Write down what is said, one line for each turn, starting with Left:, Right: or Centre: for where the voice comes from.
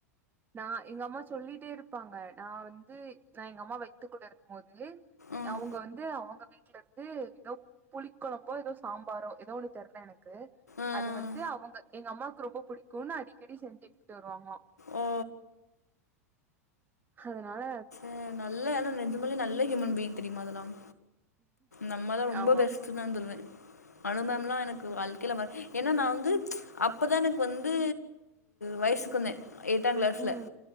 Right: நா எங்க அம்மா சொல்லிட்டே இருப்பாங்க நா வந்து நா எங்க அம்மா வை த்துக்குள்ள இருக்கும்போதே
Left: ம்
Right: அவங்க வந்து அவங்க வீட்டுல இருந்து <unintelligible> ஏதோ புளி குழம்போ ஏதோ சாம்பாரோ ஏதோ ஒண்ணு தெர்ல எனக்கு
Left: ம்
Right: அது வந்து அவங்க எங்க அம்மாவுக்கு ரொம்ப புடிக்குன்னு அடிக்கடி செஞ்சு எடுத்துட்டு வருவாங்களா
Left: ஓ
Right: அதுனால
Left: அ நல்லா ஆன நெஜமலே நல்ல ஹூமன் பீயிங் தெரியுமா அதெல்லாம் நம்மதா ரொம்ப
Right: ஆமா
Left: பெஸ்ட் ன்னு வந்துருவே அனு மேம்லா எனக்கு வாழ்கைல மறக் ஏன்னா நா வந்து அப்பதா எனக்கு வந்து வயசுக்கு வந்தே எட்டாம் கிளாஸ்ல
Right: ம்